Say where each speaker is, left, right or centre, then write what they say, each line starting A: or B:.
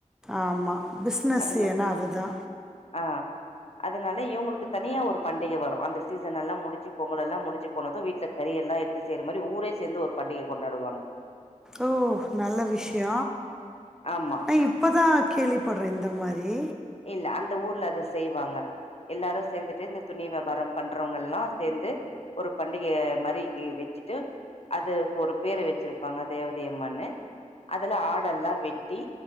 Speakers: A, in the centre; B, on the left (about 50°).
A: ஆமா பிஸ்னஸ்
B: அதுனா
A: ஏனா அதுதா
B: ஆ அதனால இவுங்களுக்கு தனியா ஒரு பண்டிக வரு அந்த சீசன் எல்லா முடிச்சி பொங்கலெல்லா முடிஞ்சி போனது வீட்ல பெரிய எல்லா எட்த்து செய்ற மாரி ஊரே சேந்து ஒரு பண்டிக கொண்டாடுவாங்
A: ஓ ஓ நல்ல விஷ்ய
B: ஆமா
A: நா இப்பதா கேள்வி பட்றே இந்த மாரி
B: இல்ல அந்த ஊர்ல அது செய்வாங்க எல்லாரு சேந்துட்டு இந்த துணி வியாபார பண்றவங்க எல்லா சேந்து ஒரு பண்டிக மாரி வெச் சிட்டு அதுக்கு ஒரு பேரு வச்சிருப்பாங்க தேவதை அம்மன்னு அதுல ஆடெல்லா வெட்டி